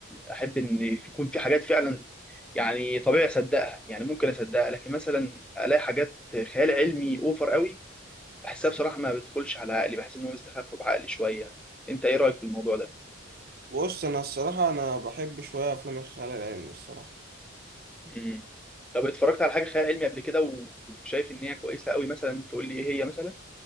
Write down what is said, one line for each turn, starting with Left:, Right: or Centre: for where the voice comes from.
Centre: أحب إن يكون في حاجات فعلا يعني طبيعي أصدقها يعني ممكن أصدقها لكن مثلا ألاقي حاجات خيال علمي أوفر قوي بحسها بصراحة ما بتدخلش على عقلي بحس إن هو بيستخف بعقلي شوية أنت إيه رأيك في الموضوع ده؟
Right: بص انا الصراحه انا بحب شويه افلام الخيال العلمي الصراحه
Centre: مم. طب اتفرجت على حاجه خيال علمي قبل كده و- وشايف ان هي كويسه قوي مثلا تقول لي ايه هي مثلا